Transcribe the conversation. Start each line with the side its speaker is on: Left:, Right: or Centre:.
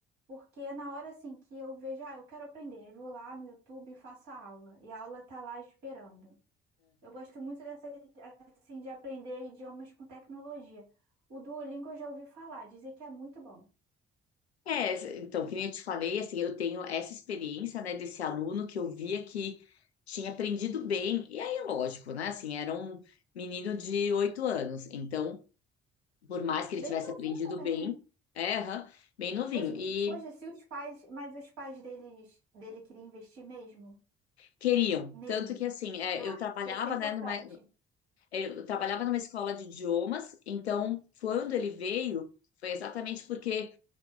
Right: porque é na hora assim que eu vejo, ah, eu quero aprender, eu vou lá no YouTube e faço a aula. E a aula tá lá esperando. Eu gosto muito dessa, assim, de aprender idiomas com tecnologia. O Duolingo eu já ouvi falar, dizem que é muito bom.
Left: É, então, que nem eu te falei, assim, eu tenho essa experiência, né, desse aluno que eu via que tinha aprendido bem. E aí, lógico, né, assim, era um menino de oito anos. Então, por mais que ele
Right: Bem
Left: tivesse
Right: novinho
Left: aprendido
Right: também,
Left: bem,
Right: né?
Left: é, aham, bem novinho.
Right: Poxa,
Left: E
Right: poxa, se os pais, mas os pais deles, dele queriam investir mesmo
Left: queriam.
Right: nele,
Left: Tanto que, assim, é, eu trabalhava,
Right: porque isso é importante.
Left: né, numa, é, eu trabalhava numa escola de idiomas. Então, quando ele veio, foi exatamente porque